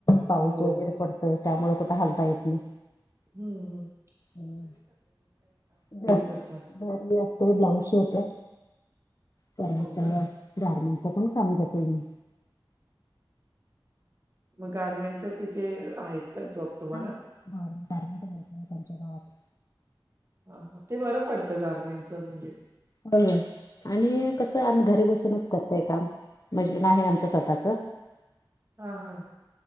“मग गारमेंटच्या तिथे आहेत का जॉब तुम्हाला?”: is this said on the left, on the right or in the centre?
Right